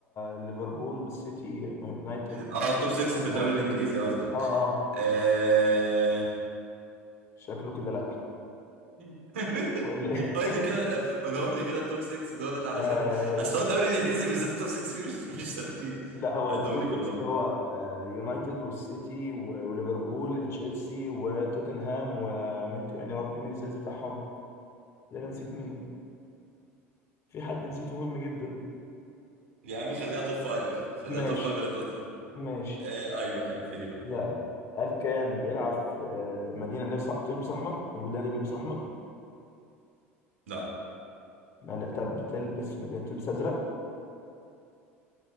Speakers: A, on the left; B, on the right.
A: ليفربول بالسيتي يونايتد
B: اه التوب 6 في الدوري
A: اه
B: الإنجليزي قصدك
A: اه
B: آه...
A: شكله كده لا
B: <laughs>
A: ولا
B: قول
A: إيه؟
B: لي كده قولهم لي كده التوب 6 دولت علشان
A: <laughs>
B: اصل هو الدوري الانجليزي بالذات التوب 6 فيه مش مش ثابتين
A: لا هو
B: عدهم
A: التوب
B: لي
A: 6
B: كلهم
A: اللي هو آه، يونايتد والسيتي و- وليفربول تشيلسي وتوتنهام ومين كمان يا ربي مين السادس بتاعهم لا انا نسيت مين في حد نسيته مهم جدا
B: يا عم خليها توب 5 خليها
A: ماشي
B: توب 5 اللي انت قلته
A: ماشي
B: آه ايوه كان فيها
A: لا هل كان بيلعب في آه، مدينة اللي بص- بتلبس أحمر؟ أو النادي بيلبس أحمر؟
B: لا
A: ما لا طب بتلبس مدينة بتلبس أزرق؟